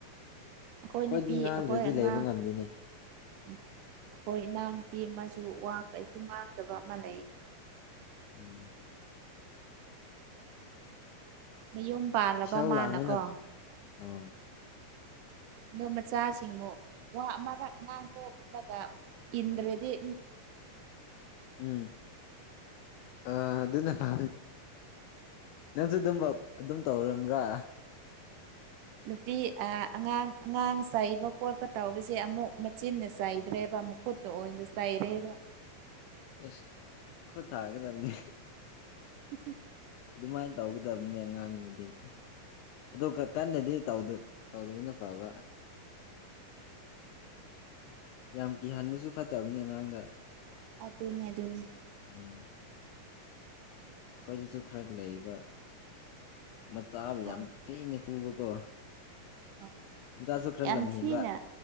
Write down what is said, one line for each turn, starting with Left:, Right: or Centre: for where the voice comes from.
Right: ꯑꯩꯈꯣꯏ
Left: ꯑꯩꯈꯣꯏꯗꯤ
Right: ꯅꯨꯄꯤ
Left: ꯉꯥꯡꯗ꯭ꯔꯗꯤ
Right: ꯑꯩꯈꯣꯏ ꯑꯉꯥꯡ
Left: ꯂꯩꯕ ꯉꯝꯗꯦꯅꯦ
Right: ꯑꯩꯈꯣꯏ ꯏꯅꯥꯎꯅꯨꯄꯤ ꯑꯃ ꯑꯗꯨ ꯋꯥ ꯀꯩꯁꯨ ꯉꯥꯡꯗꯕ ꯑꯃ ꯂꯩ
Left: ꯎꯝ
Right: ꯃꯌꯨꯝ ꯄꯥꯜꯂꯕ
Left: ꯏꯁꯧ
Right: ꯃꯥꯅꯀꯣ
Left: ꯂꯥꯡꯕꯅ ꯑꯥ
Right: ꯑꯗꯨ ꯃꯆꯥꯁꯤꯡꯕꯨ ꯋꯥ ꯃꯔꯛ ꯉꯥꯡꯊꯣꯛꯂꯒ ꯏꯟꯗꯤ
Left: ꯎꯝ ꯑ ꯑꯗꯨ ꯑꯗꯨꯅ ꯐ ꯅꯪꯁꯨ ꯑꯗꯨꯝ ꯑꯗꯨꯝ ꯇꯧꯔꯕ꯭ꯔꯥ
Right: ꯅꯨꯄꯤ ꯑꯉꯥꯡ ꯑꯉꯥꯡ ꯆꯩꯕ ꯈꯣꯠꯄ ꯇꯧꯕꯁꯦ ꯑꯃꯨꯛ ꯆꯤꯟꯅ ꯆꯥꯏꯗ꯭ꯔꯦꯕ
Left: ꯎꯝ
Right: ꯃꯈꯨꯠꯇ ꯑꯣꯏꯅ ꯆꯥꯏꯔꯦꯕ
Left: ꯑꯁ ꯈꯨꯠ ꯊꯥꯒꯗꯕꯅꯤ
Right: ꯎꯝꯝ
Left: ꯑꯗꯨꯃꯥꯏꯅ ꯇꯧꯒꯗꯕꯅꯦ ꯑꯉꯥꯡꯗꯨꯗꯤ ꯑꯗꯨ ꯀꯟꯅꯗꯤ ꯇꯧꯗꯣꯏꯅ ꯐꯕ ꯌꯥꯝ ꯀꯤꯍꯟꯕꯁꯨ ꯐꯠꯇꯕꯅꯦ ꯑꯉꯥꯡꯗ
Right: ꯑꯗꯨꯅꯦ ꯑꯗꯨꯅꯦ
Left: ꯎꯝ ꯑꯩꯈꯣꯏꯖꯤꯁꯨ ꯈꯔ ꯂꯩꯕ ꯃꯆꯥꯕꯨ
Right: ꯍꯣꯏ
Left: ꯌꯥꯝ ꯊꯤꯅ ꯄꯨꯕꯀꯣ
Right: ꯍꯣꯏ
Left: ꯆꯥꯖ ꯈ꯭ꯔꯂꯝꯍꯕ
Right: ꯌꯥꯝ ꯊꯤꯅ